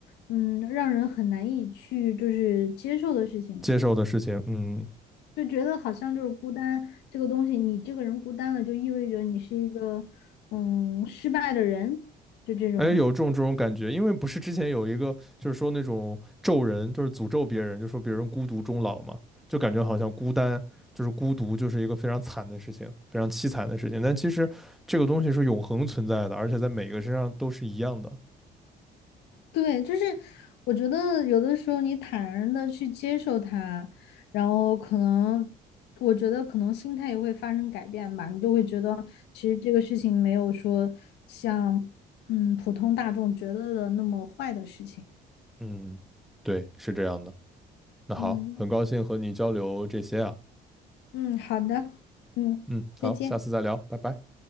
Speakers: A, on the left; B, in the centre.
A: 嗯让人很难以去就是接受的事情。
B: 接受的事情，嗯。
A: 就觉得好像就是孤单这个东西，你这个人孤单了，就意味着你是一个嗯失败的人，就这种。
B: 哎，有这种这种感觉，因为不是之前有一个就是说那种咒人，就是诅咒别人，就说别人孤独终老嘛，就感觉好像孤单就是孤独就是一个非常惨的事情，非常凄惨的事情。但其实这个东西是永恒存在的，而且在每个身上都是一样的。
A: 对，就是我觉得有的时候你坦然的去接受它，然后可能我觉得可能心态也会发生改变吧，你就会觉得其实这个事情没有说像嗯普通大众觉得的那么坏的事情。
B: 嗯，对，是这样的。那好，
A: 嗯
B: 很高兴和你交流这些啊。
A: 嗯，好的，嗯，
B: 嗯，
A: 再见。
B: 好，下次再聊，拜拜。